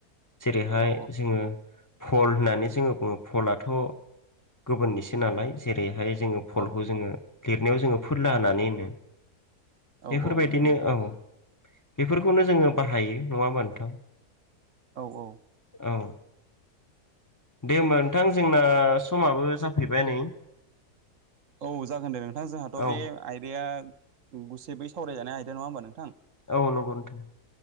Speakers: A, on the left (about 15°); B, on the right (about 55°).
A: जेरैहाय
B: औ
A: जोङो फल होननानै जोङो बुङो फलाथ' गुबुननिसो नालाय जेरैहाय जोङो फलखौ
B: औ
A: जोङो लिरनायाव जोङो फोरला होनानै होनो
B: औ
A: बेफोरबायदिनो
B: औ नंगौ नोंथां
A: औ बेफोरखौनो जोङो बाहायो नङा होमबा नोंथां
B: औ औ
A: औ दे होमबा नोंथां जोंना समाबो जाफैबाय नै
B: औ जागोन दे नोंथां जोंहाथ'
A: औ
B: बे आयदाया गुसेबै सावरायजानाय आयदा नङा होमबा नोंथां
A: औ नंगौ नोथों